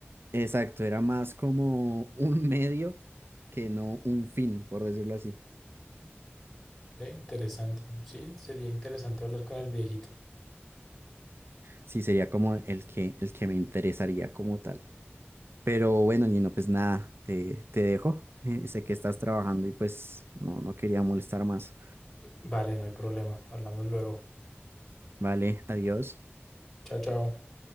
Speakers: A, on the right; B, in the centre.
A: exacto, era más como un medio que no un fin, por decirlo así.
B: Ve, interesante. Sí, sería interesante hablar con el viejito.
A: Sí, sería como el que, el que me interesaría como tal. Pero bueno, Gino, pues nada, te, te dejo. Eh, sé que estás trabajando y pues no, no quería molestar más.
B: Vale, no hay problema. Hablamos luego.
A: Vale, adiós.
B: Chao, chao.